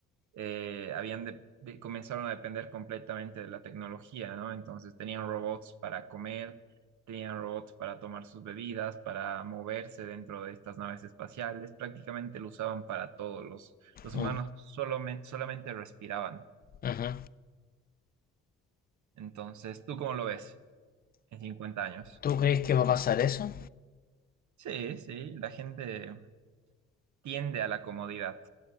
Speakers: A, on the right; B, on the left.
A: eh, habían de- de- comenzaron a depender completamente de la tecnología, ¿no? Entonces tenían robots para comer, tenían robots para tomar sus bebidas, para moverse dentro de estas naves espaciales, prácticamente lo usaban para todo, los, los humanos
B: mm,
A: solamente, solamente respiraban.
B: Ujú.
A: Entonces, ¿tú cómo lo ves en 50 años?
B: ¿Tú crees que va a pasar eso?
A: Sí, sí, la gente tiende a la comodidad